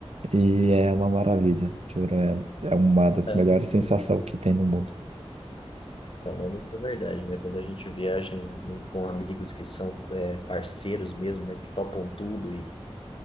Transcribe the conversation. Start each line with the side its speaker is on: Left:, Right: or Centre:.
Right: e é uma maravilha, juro. É, é uma das
Left: Ah,
Right: melhores
Left: sim.
Right: sensações que tem no mundo.
Left: Não, mano, isso é verdade, né? Quando a gente viaja em- em- com amigos que são é, parceiros mesmo, né? Que topam tudo e